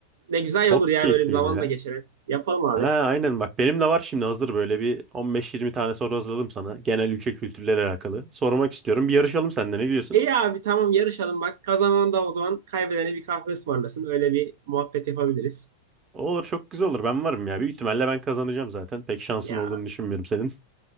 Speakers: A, on the right (about 55°); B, on the right (about 25°).
A: Ne güzel
B: Çok
A: olur ya
B: keyifliydi
A: böyle bir zaman
B: ya.
A: da geçer. Yapalım abi.
B: Ha aynen bak benim de var şimdi hazır böyle bir 15-20 tane soru hazırladım sana. Genel ülke kültürleri alakalı. Sormak istiyorum bir yarışalım senden ne diyorsun?
A: İyi abi tamam yarışalım bak kazanan da o zaman kaybedene bir kahve ısmarlasın öyle bir muhabbet yapabiliriz.
B: Olur çok güzel olur ben varım ya. Büyük ihtimalle ben kazanacağım zaten. Pek şansın
A: Ya
B: olduğunu düşünmüyorum senin.